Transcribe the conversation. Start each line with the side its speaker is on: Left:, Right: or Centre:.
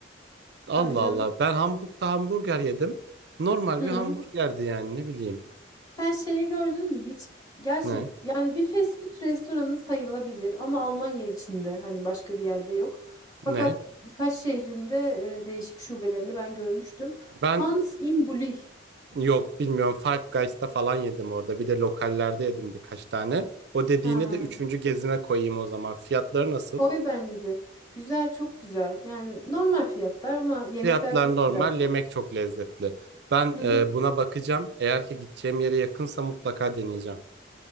Right: Allah
Left: Tabii canım.
Right: Allah ben Hamburg'da hamburger yedim. Normal
Left: Hı.
Right: bir hamburgerdi yani ne bileyim.
Left: Sen şeyi gördün mü hiç? Gerçi
Right: Ne?
Left: yani bir fast food restoranı sayılabilir ama Almanya içinde hani başka bir yerde yok. Fakat
Right: Ne?
Left: birkaç şehrinde e, değişik şubelerini ben görmüştüm.
Right: Ben
Left: Hans im Gully.
Right: yok bilmiyorum Five Guys'ta falan yedim orada. Bir de lokallerde yedim birkaç tane. O dediğini
Left: Ha,
Right: de üçüncü gezime koyayım o zaman. Fiyatları nasıl?
Left: koy bence de. Güzel, çok güzel. Yani normal fiyatlar ama yemekler
Right: Fiyatlar
Left: çok
Right: normal,
Left: güzel.
Right: yemek çok lezzetli. Ben
Left: Hı hı,
Right: e, buna bakacağım. Eğer ki gideceğim yere yakınsa mutlaka deneyeceğim.